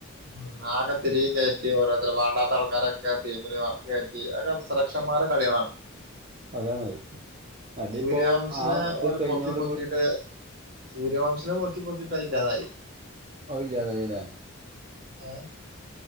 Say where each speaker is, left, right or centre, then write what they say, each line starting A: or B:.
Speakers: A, on the right; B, on the right.
A: ഉം ആഗത്തിരി <unintelligible> ഈ വേണ്ടാത്ത ആൾക്കാരൊക്കെ ടീമിന് കേറ്റി അതൊക്കെ സുരക്ഷമാരെ കളികളാണ്
B: അതാണ് അതിപ്പോ
A: സൂര്യാവംശിനെ
B: ആ ഇത്
A: ഓര
B: കഴിഞ്ഞോട്
A: പൊക്കി പൊക്കിട്ട്
B: കൂ
A: സൂര്യവംശനെ പോക്കി പോക്കിട്ടായില്ലാതായി
B: ഓ ഇല്ലാതായില്ലെ
A: ഏഹ്